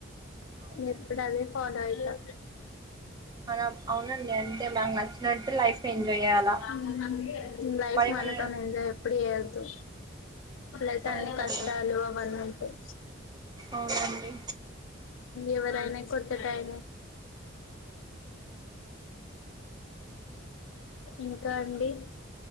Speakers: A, on the right; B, on the left.
A: అవునండి
B: ఎప్పుడు అదే ఫాలో అయితా
A: అవ్ అవునండి అంతే మనకు నచ్చినట్టు లైఫ్ ఎంజాయ్ చేయాలా
B: హ్మ్ లైఫ్
A: మరి
B: మనతో
A: మరి
B: ఎంజాయ్ ఎప్పుడు చేయద్దు అయితే
A: అవునండి
B: అన్ని కష్టాలు అవన్నీ ఉంటాయ్
A: అవునండి
B: ఎవరయినా కొట్టడం ఇంకా అండి